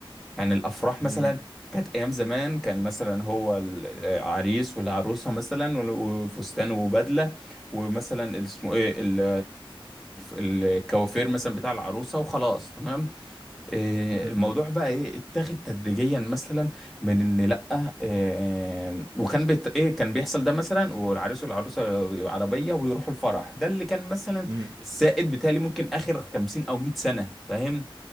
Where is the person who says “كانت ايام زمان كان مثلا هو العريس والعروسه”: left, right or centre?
Centre